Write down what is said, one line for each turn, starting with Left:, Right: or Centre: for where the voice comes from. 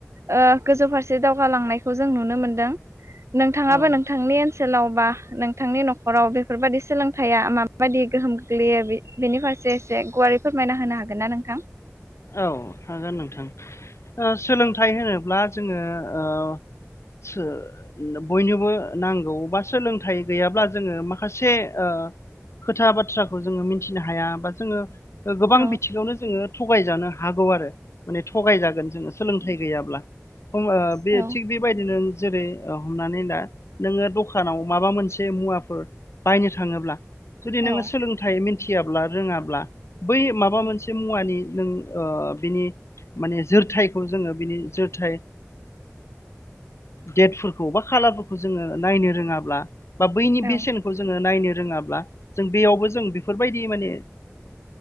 Right: ओ गोजौ फारसे दावगालांनायखौ जों नुनो मोनदों। नोंथाङाबो
Left: औ
Right: नोंथांनि ओनसोलाव बा नोंथांनि न'खराव बेफोरबायदि सोलोंथाइया माबाब्यदि गोहोम गोग्लैयो बे बेनिफार से एसे गुवारै फोरमायना होनो हागोन ना नोंथां?
Left: औ हागोन नोंथां ओ सोलोंथाइ होनोब्ला जोङो ओ सो नोम बयनोबो नांगौ बा सोलोंथाइ गैयाब्ला जोङो माखासे ओ खोथा बाथ्राखौ जोङो मिथिनो हाया बा जोङो गोबां
Right: औ
Left: बिथिङावनो जोङो थगायजानो हागौ आरो माने थगायजागोन जोङो सोलोंथाइ गैयाब्ला थ' बे
Right: औ
Left: थिग बेबायदिनो जेरै हमनानै ला नोङो दखानाव माबा मोनसे मुवाफोर बायनो थाङोब्ला जुदि
Right: औ
Left: नोङो सोलोंथाइ मिथियाब्ला रोङाब्ला बै माबा मोनसे मुवानि नों बिनि माने जोरथायखौ जोङो बिनि जोरथाइ डेटफोरखौ बा खालारफोरखौ जोङो नायनो रोङाब्ला बा बैनि
Right: औ
Left: बेसेनखौ जोङो नायनो रोङाब्ला जों बेयावबो जों बेफोरबायदि माने